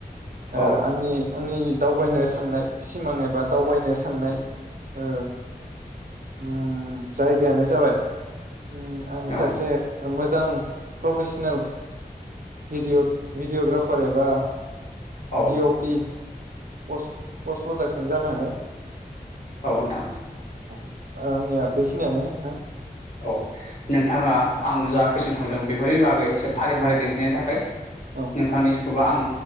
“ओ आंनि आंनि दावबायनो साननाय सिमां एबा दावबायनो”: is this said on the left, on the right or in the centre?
Right